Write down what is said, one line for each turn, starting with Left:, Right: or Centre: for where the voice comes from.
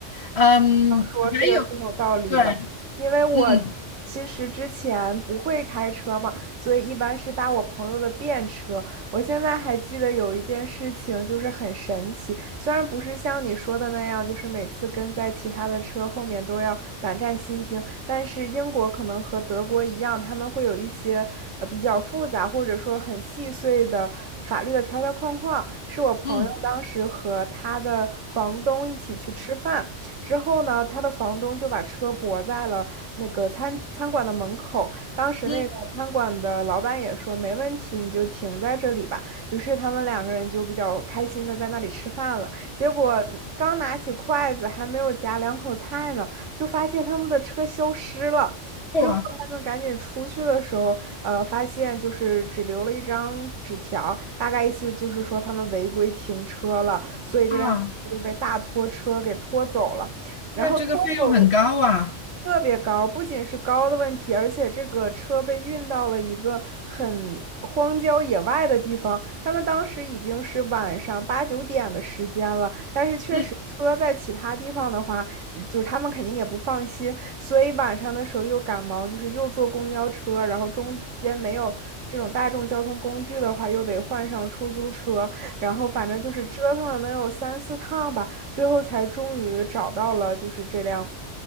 Left: 嗯，
Right: 说是有挺有道理的，
Left: 还有对，
Right: 因为我其实之前不会开车嘛，
Left: 嗯
Right: 所以一般是搭我朋友的便车。我现在还记得有一件事情，就是很神奇，虽然不是像你说的那样，就是每次跟在其他的车后面都要胆战心惊，但是英国可能和德国一样，他们会有一些呃比较复杂或者说很细碎的法律的条条框框。是我朋友当时和他的房东一起去吃饭。
Left: 嗯
Right: 之后呢，他的房东就把车泊在了那个餐餐馆的门口。当时那个餐馆的老板也说没问题，
Left: 嗯，
Right: 你就停在这里吧。于是他们两个人就比较开心的在那里吃饭了。结果刚拿起筷子，还没有夹两口菜呢，就发现他们的车消失了。之后他们赶紧出去的时候，
Left: 不啊，
Right: 呃，发现就是只留了一张纸条，大概意思就是说他们违规停车了，所以这辆车就被大拖车给拖走了。
Left: 啊那这个费用很高啊。
Right: 然后脱走的特别高，不仅是高的问题，而且这个车被运到了一个很荒郊野外的地方。他们当时已经是晚上八九点的时间了，但是确实车在其他地方的话，
Left: 嗯
Right: 就是他们肯定也不放心，所以晚上的时候又赶忙，就是又坐公交车，然后中间没有这种大众交通工具的话，又得换上出租车，然后反正就是折腾了能有三四趟吧。最后才终于找到了，就是这辆